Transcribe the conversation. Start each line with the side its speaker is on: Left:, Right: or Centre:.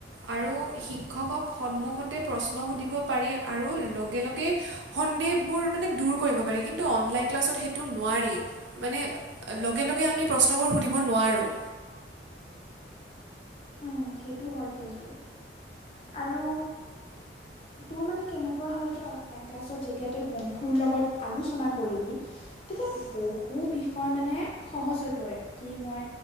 Right: আৰু শিক্ষকক সন্মুখতে প্ৰশ্ন সুধিব পাৰি আৰু লগে, লগে সন্দেহবোৰ মানে দূৰ কৰিব পাৰি, কিন্তু অনলাইন ক্লাছত সেইটো নোৱাৰি। মানে লগে, লগে আমি প্ৰশ্নবোৰ সুধিব নোৱাৰোঁ।
Left: <inaudible> উম, সেইটো হয় কিন্তু আৰু তোৰ মানে কেনেকুৱা হয় এতিয়া অফলাইন ক্লাছত যেতিয়া তই বন্ধুৰ লগত আলোচনা কৰিবি তেতিয়া বহু বিষয় মানে সহজ হৈ পৰে কি মই